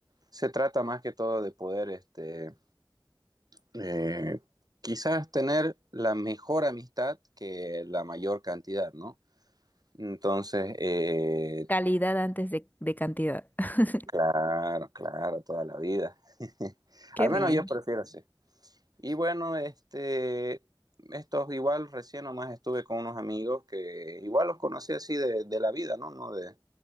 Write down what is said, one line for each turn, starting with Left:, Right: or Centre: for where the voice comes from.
Right: se trata más que todo de poder, este, eh, quizás tener la mejor amistad que la mayor cantidad, ¿no? Entonces, eh,
Left: Calidad antes de, de cantidad. <laughs>
Right: claro, claro, toda la vida. <laughs>
Left: Qué
Right: Al
Left: bien.
Right: menos yo prefiero así. Y bueno, este, estos igual recién nomás estuve con unos amigos que igual los conocí así de, de la vida, ¿no? No de,